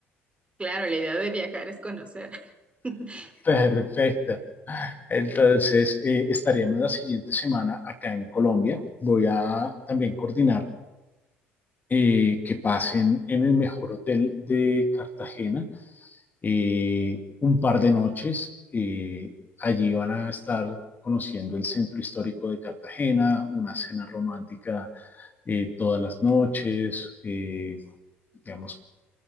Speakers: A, on the right; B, on the left.
A: Claro, la idea de viajar es conocer. <laughs>
B: Perfecto. Entonces, eh, estaríamos la siguiente semana acá en Colombia. Voy a también coordinar eh, que pasen en el mejor hotel de Cartagena eh, un par de noches. eh, allí van a estar conociendo el centro histórico de Cartagena, una cena romántica eh, todas las noches, eh, digamos,